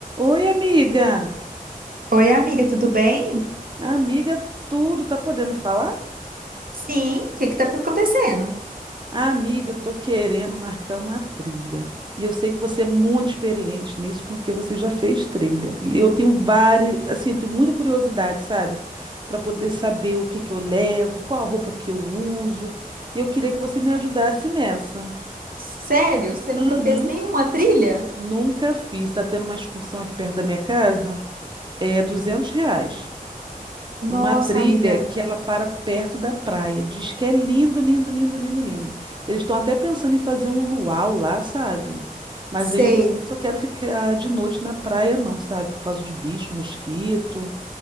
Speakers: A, on the right; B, on the right.
A: Oi, amiga.
B: Oi, amiga, tudo bem?
A: Amiga, tudo tá podendo falar?
B: Sim, o que que tá acontecendo?
A: Amiga, eu tô querendo marcar uma trilha. E eu sei que você é muito experiente nisso porque você já fez trilha. E eu tenho várias, assim, eu tenho muita curiosidade, sabe? Para poder saber o que que eu levo, qual a roupa que eu uso. E eu queria que você me ajudasse nessa.
B: Sério, você
A: Uhum.
B: nunca fez nenhuma trilha?
A: Nunca fiz. Tá tendo uma excursão aqui perto da minha casa. É 200 reais.
B: Nossa,
A: para uma trilha
B: amiga,
A: que ela para perto da praia. Diz que é lindo, lindo, lindo, lindo, lindo. Eles estão até pensando em fazer um luau lá, sabe? Mas
B: sei.
A: aí eu não sei se eu quero ficar de noite na praia, não, sabe? Por causa de bicho, mosquito.